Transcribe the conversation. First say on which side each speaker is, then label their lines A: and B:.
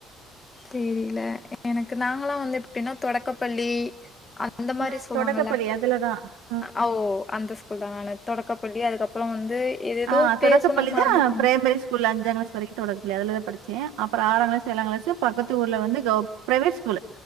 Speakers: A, on the left; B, on the right.
A: தெரியலே எனக்கு நாங்கெல்லா வந்து எப்டின்னா தொடக்கப்பள்ளி அந்த மாதிரி
B: ம்.
A: சொல்லுவாங்கல்ல
B: தொடக்கப்பள்ளி அதுல தான். ம்.
A: அ ஓ அந்த ஸ்கூல் தா நானு தொடக்கப்பள்ளி அதுக்கப்புறோ வந்து ஏதேதோ
B: ஆஹ் தொடக்கப்பள்ளி
A: பேர் சொன்னாங்க மறந்துட்டாங்க
B: தா பிரைமரி ஸ்கூல்ல அஞ்சாம் கிளாஸ் வரைக்கும் தொடக்கா அதுலதா படிச்சேன் அப்புறோ ஆறாங் க்ளாஸ் ஏழாங் க்ளாஸ்சு பக்கத்து ஊர்ல வந்து கவுர் ப்ரைவேட் ஸ்கூலு